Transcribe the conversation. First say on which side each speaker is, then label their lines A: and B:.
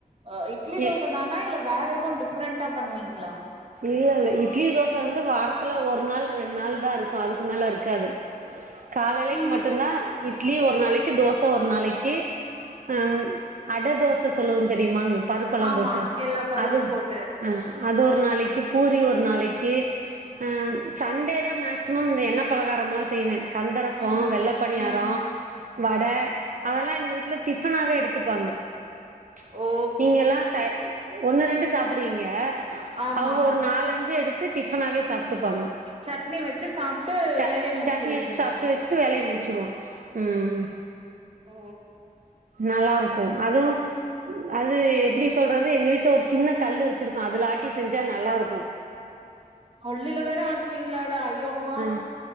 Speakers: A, on the right; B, on the right.
A: அ இட்லி தோச
B: எ
A: தானா இல்ல வேற எது டிஃப்ரெண்டா பண்ணுவீங்ளா
B: இல்ல இல்ல இட்லி தோச வந்து வாரத்துல ஒரு நாள் ரெண் நாள்தா இருக்கு அதுக்கு மேல இருக்காது காலலைக்
A: ம்
B: மட்டுந்தா இட் லி ஒரு நாளைக்கி தோச ஒரு நாளைக்கி அ அட தோச சொல்லுவோந் தெரியுமாங் பருப்பெல்லா
A: ஆமா
B: போட்டு
A: எல்லா பருப்பு
B: அது
A: போட்டு
B: ஆ அது ஒரு நாளைக்கு பூரி ஒரு நாளைக்கி ஆ சண்டே தா மேக்சிமம் இந்த எண்ணெப் பலகாரமெல்லா செய்வே கந்தரப்போ
A: ம்
B: வெள்ள பணியாரோ
A: ம்
B: வட அதல்லா எங்க வீட்ல டிஃபனாவே எடுத்துப்பாங்க ச்
A: ஓ
B: நீங்க எல்லா சை கு ஒன்னு ரெண்டு சாப்டுவீங்க
A: ஆமா
B: அவுங்க ஒரு நாலஞ்சு எடுத்து டிஃபனாவே சாப்ட்டுப்பாங்க
A: சட்னி வச்சு சாப்ட்டு
B: ச
A: வேலைய முடிச்சிருவீங்க
B: சட்னி வெச்சு சாப் டு வெச்சு வேலைய முடிச்சுடுவோ ம்
A: ஓ
B: நல்லாருக்கு அது அது எப்டி சொல்றது எங்க வீட்ல ஒரு சின்ன கல்லு வச்சிருக்கோ அதுல ஆட்டி செஞ்சா நல்லாருக்கு
A: கல்லுல வேற ஆட்டுவீங்களாட ஐயோ அம்மா
B: ம்